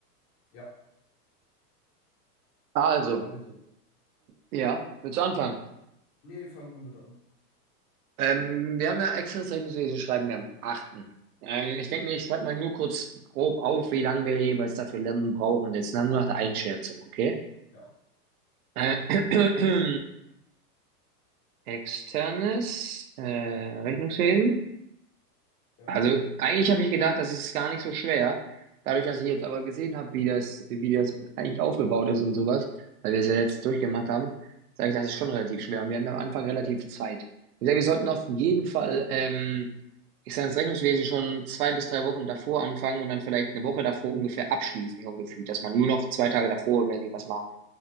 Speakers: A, on the left; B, on the right.
A: Ja,
B: Also.
A: also.
B: Ja, willst du anfangen?
A: Nee, fang du bitte an.
B: Ähm, wir haben ja externes Rechnungswesen schreiben wir am achten. Ähm, ich denke mir, ich schreibe mal nur kurz grob auf, wie lange wir jeweils dafür lernen brauchen. Jetzt nur nach der Einschätzung, okay?
A: Ja,
B: Äh, <clears throat> externes äh, Rechnungswesen.
A: ja,
B: Also eigentlich habe ich gedacht, das ist gar nicht so schwer. Dadurch, dass ich jetzt aber gesehen habe, wie das, wie das eigentlich aufgebaut ist und sowas, weil wir es ja jetzt durchgemacht haben, sage ich, das ist schon relativ schwer. Und wir hatten am Anfang relativ
A: ja,
B: Zeit. Ich sage, wir sollten auf jeden Fall, ähm, ich sage, das Rechnungswesen schon zwei bis drei Wochen davor anfangen und dann vielleicht eine Woche davor ungefähr abschließen, so ungefähr, dass man nur noch zwei
A: ja,
B: Tage davor irgendwie was machen